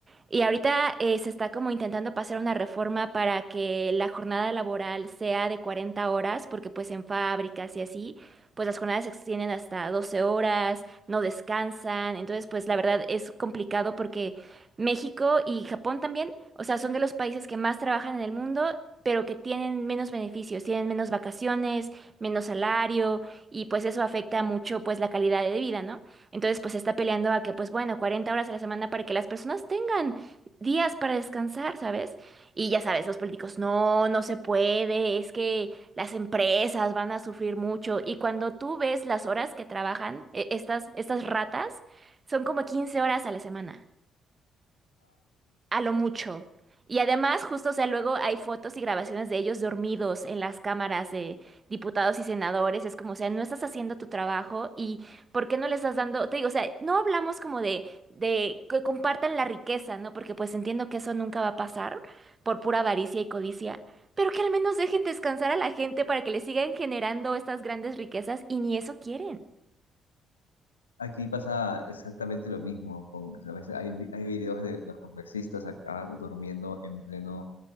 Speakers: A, on the right; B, on the left.
A: Y ahorita eh, se está como intentando pasar una reforma para que la jornada laboral sea de 40 horas, porque pues en fábricas y así, pues las jornadas se extienden hasta 12 horas, no descansan. Entonces, pues la verdad es complicado porque México y Japón también, o sea, son de los países que más trabajan en el mundo, pero que tienen menos beneficios, tienen menos vacaciones, menos salario, y pues eso afecta mucho pues la calidad de vida, ¿no? Entonces, pues se está peleando a que, pues bueno, 40 horas a la semana para que las personas tengan días para descansar, ¿sabes? Y ya sabes, los políticos, no, no se puede, es que las empresas van a sufrir mucho. Y cuando tú ves las horas que trabajan, e- estas, estas ratas, son como 15 horas a la semana a lo mucho. Y además, justo, o sea, luego hay fotos y grabaciones de ellos dormidos en las cámaras de diputados y senadores. Es como, o sea, no estás haciendo tu trabajo y ¿por qué no le estás dando? Te digo, o sea, no hablamos como de, de que compartan la riqueza, ¿no? Porque pues entiendo que eso nunca va a pasar por pura avaricia y codicia, pero que al menos dejen descansar a la gente para que le sigan generando estas grandes riquezas y ni eso quieren.
B: Aquí pasa exactamente lo mismo. Con, a veces hay, vi- hay videos de los congresistas acá durmiendo en pleno,